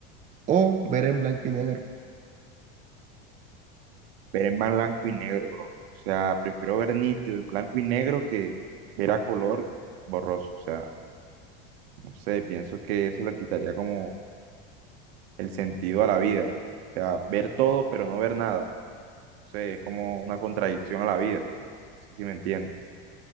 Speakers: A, on the right (about 25°); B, on the right (about 75°).
A: O ver en blanco y negro.
B: Ver en blanco y negro, bro. O sea, prefiero ver nítido en blanco y negro que ver a color borroso. O sea, no sé, pienso que eso le quitaría como el sentido a la vida. O sea, ver todo pero no ver nada. O sea, es como una contradicción a la vida. No sé si me entiendes.